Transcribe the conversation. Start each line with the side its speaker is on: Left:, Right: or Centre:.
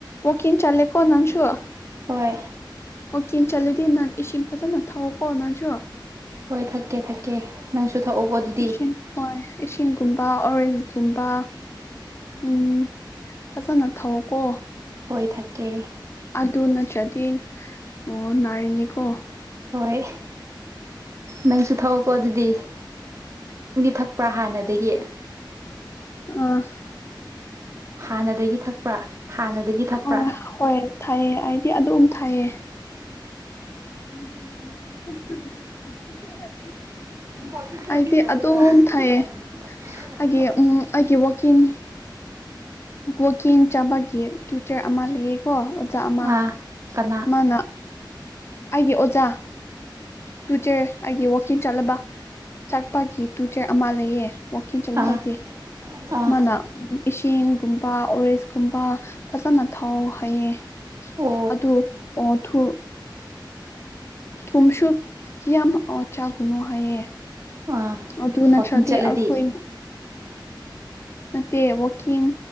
Left: ꯋꯥꯀꯤꯡ ꯆꯠꯂꯦꯀꯣ ꯅꯟꯁꯨꯨ
Right: ꯍꯣꯏ
Left: ꯋꯥꯀꯤꯡ ꯆꯠꯂꯗꯤ ꯅꯟ ꯏꯁꯤꯡ ꯐꯖꯅ ꯊꯛꯑꯣꯀꯣ ꯅꯟꯁꯨ
Right: ꯍꯣꯏ ꯊꯛꯀꯦ ꯊꯛꯀꯦ ꯅꯪꯁꯨ ꯊꯛꯑꯣꯀꯣ ꯑꯗꯨꯗꯤ
Left: ꯏꯁꯤꯡ ꯍꯣꯏ ꯏꯁꯤꯡꯒꯨꯝꯕ ꯑꯣꯔꯦꯟꯖꯀꯨꯝꯕ ꯎꯝ ꯐꯖꯅ ꯊꯧꯀꯣ
Right: ꯍꯣꯏ ꯊꯛꯀꯦ
Left: ꯑꯗꯨ ꯅꯠꯇ꯭ꯔꯗꯤ ꯑꯣ ꯅꯥꯔꯤꯅꯤꯀꯣ
Right: ꯍꯣꯏ ꯅꯪꯁꯨ ꯊꯛꯑꯣꯀꯣ ꯑꯗꯨꯗꯤ ꯅꯪꯗꯤ ꯊꯛꯄ꯭ꯔꯥ ꯍꯥꯟꯅꯗꯒꯤ
Left: ꯑ
Right: ꯍꯥꯟꯅꯗꯒꯤ ꯊꯛꯄ꯭ꯔꯥ ꯍꯥꯟꯅꯗꯒꯤ ꯊꯛꯄ꯭ꯔꯥ
Left: ꯑꯣ ꯍꯣꯏ ꯊꯑꯦ ꯍꯥꯏꯗꯤ ꯑꯗꯨꯝ ꯊꯑꯦ <unintelligible>
Right: ꯋꯥꯀꯤꯡ ꯆꯠꯂꯤꯅꯦ
Left: ꯑꯩꯗꯤ
Right: ꯑꯈꯣꯏꯁꯨ
Left: ꯑꯗꯨꯝ
Right: ꯋꯥꯀꯤꯡ
Left: ꯊꯥꯏꯌꯦ
Right: ꯆꯠ <unintelligible>
Left: ꯑꯩꯒꯤ ꯎꯝ ꯑꯩꯒꯤ ꯋꯥꯀꯤꯡ ꯀꯣꯀꯤꯡ ꯆꯥꯕꯒꯤ ꯇꯨꯆꯔ ꯑꯃ ꯂꯩꯌꯦꯀꯣ ꯑꯣꯖꯥ ꯑꯃ
Right: ꯑꯥ ꯀꯅꯥ
Left: ꯃꯥꯅ ꯑꯩꯒꯤ ꯑꯣꯖꯥ ꯇꯨꯆꯦ ꯑꯩꯒꯤ ꯋꯥꯀꯤꯡ ꯆꯠꯂꯕ ꯆꯥꯛꯄꯒꯤ ꯇꯨꯆꯦ ꯑꯃ ꯂꯩꯌꯦ ꯋꯥꯀꯤꯡ ꯆꯠꯂꯕꯀꯤ
Right: ꯑꯥ ꯑꯥ
Left: ꯃꯥꯅ ꯏꯁꯤꯡꯒꯨꯝꯕ ꯑꯣꯔꯦꯖꯀꯨꯝꯕ ꯐꯖꯅ ꯊꯛꯑꯣ ꯍꯥꯏꯌꯦ
Right: ꯑꯣ
Left: ꯑꯗꯨ ꯑꯣꯊꯨ ꯊꯨꯝꯁꯨ ꯌꯥꯝ ꯑꯣ ꯆꯥꯒꯅꯨ ꯍꯥꯏꯌꯦ
Right: ꯑꯥ
Left: ꯑꯗꯨ ꯅꯠꯇ꯭ꯔꯗꯤ
Right: ꯋꯥꯛꯀꯤꯡ ꯆꯠꯂꯗꯤ
Left: ꯑꯈꯣꯏꯅ ꯅꯠꯇꯦ ꯋꯥꯛꯀꯤꯡ